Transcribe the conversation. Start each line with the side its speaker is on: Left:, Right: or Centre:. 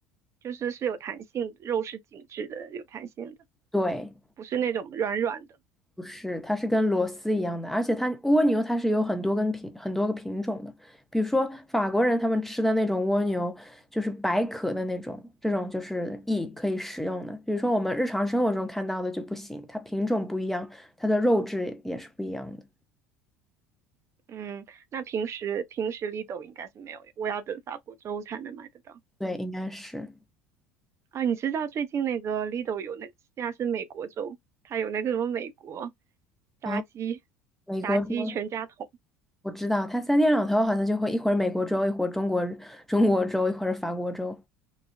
Right: 就是是有弹性的，肉是紧致的，有弹性的，
Centre: 对。
Right: 不是那种软软的。
Centre: 不是，它是跟螺丝一样的，而且它蜗牛它是有很多根品很多个品种的，比如说法国人他们吃的那种蜗牛，就是白壳的那种，这种就是翼可以食用的。比如说我们日常生活中看到的就不行，它品种不一样，它的肉质也是不一样的。
Right: 嗯，那平时平时 Lido 应该是没有，我要等法国州才能买得到
Centre: 对，应该是
Right: 啊。你知道最近那个 Lido 有那现在是美国州，它有那个什么美国炸鸡
Centre: 啊，美国州
Right: 炸鸡全家桶。
Centre: 我知道，它三天两头好像就会一会儿美国州，一会儿中国中国州，一会儿法国州。